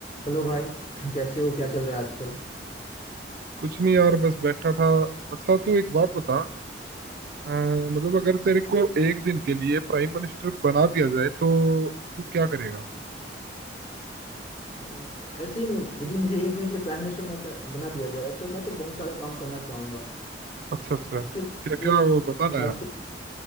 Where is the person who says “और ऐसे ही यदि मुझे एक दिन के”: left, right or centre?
Left